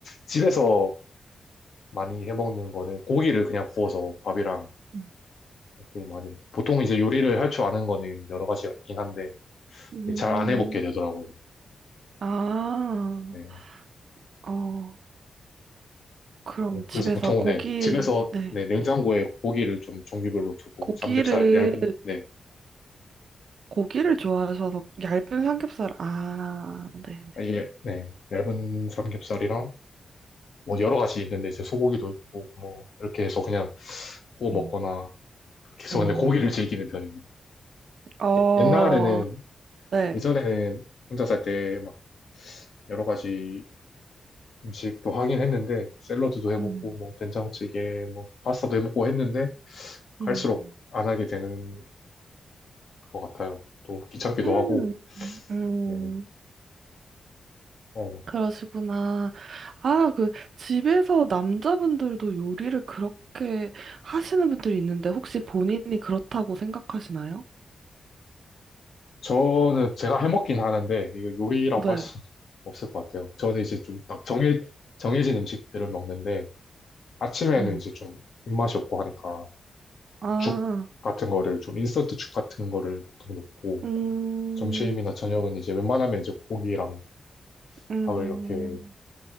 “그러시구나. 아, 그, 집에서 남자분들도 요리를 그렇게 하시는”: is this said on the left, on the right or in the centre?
Right